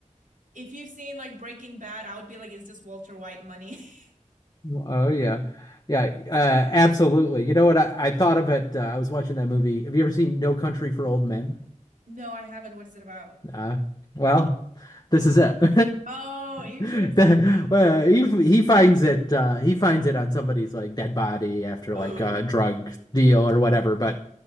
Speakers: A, on the right; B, on the left.
A: if you've seen like Breaking Bad, I would be like, is this Walter White money? <laughs>
B: Oh yeah, yeah, uh, absolutely. You know what? I, I thought of it. Uh, I was watching that movie. Have you ever seen No Country for Old Men?
A: No, I haven't. What is it about?
B: Uh, well, this is it. <laughs>
A: Oh, interesting.
B: The- well, he he finds it uh, he finds it on somebody's like dead body after
A: <gasps> hmm
B: like a drug deal or whatever, but